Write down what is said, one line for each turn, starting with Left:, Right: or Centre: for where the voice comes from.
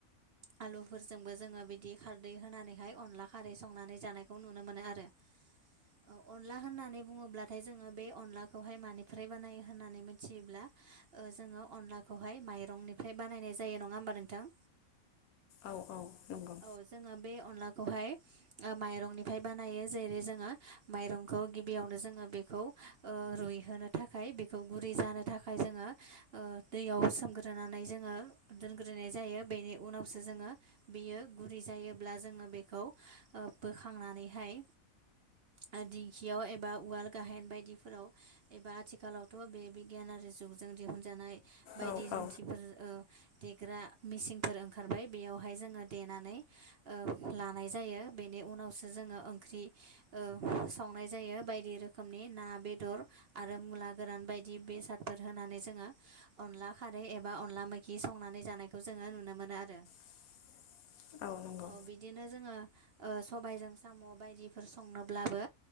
Right: आलुफोरजोंबो जोङो बिदि खारदै होनानैहाय अनला खारै संनानै जानायखौ नुनो मोनो आरो। औ अनला होननानै बुङोब्लाद नाथाय जोङो बे अनलाखौहाय मानिफ्राय बानायो होननानै मिथियोब्ला ओ जोङो अनलाखौहाय माइरंनिफ्राय बानायनाय जायो नङा होमबा नोंथां
Left: औ औ नंगौ।
Right: औ जोङो बे अनलाखौहाय ओ माइरंनिफ्राय बानायो जेरै जोङो माइरंखौ गिबियावनो जोङो बेखौ ओ रुइहोनो थाखाय बेखौ गुरै जानो थाखाय जोङो ओ दैयाव सोमग्रोनानै जोङो दोनग्रोनाय जायो बेनि उनावसो जोङो बियो गुरै जायोब्ला जोङो बेखौ ओ बोखांनानैहाय आरो दिंखियाव एबा उवाल गाहेन बायदिफोराव एबा आथिखालावथ' बे बिगियानारि जुगजों दिहुनजानाय बायदि
Left: औ
Right: जुन्थिफोर
Left: औ
Right: ओ देग्रा मेचिनफोर ओंखारबाय बेयावहाय जोङो देनानै ओ ला नायजायो बेनि उनावसो जोङो ओंख्रि ओ संनाय जायो बायदि रोखोमनि ना बेदर आरो मुला गोरान बायदि बेसादफोर होनानै जोङो अनला खारै एबा अनला मैखि संनानै जानायखौ जोङो नुनो मोनो आरो
Left: <inaudible> नंगौ
Right: औ बिदिनो जोङो सबायजों साम' बायदिफोर संनोब्लाबो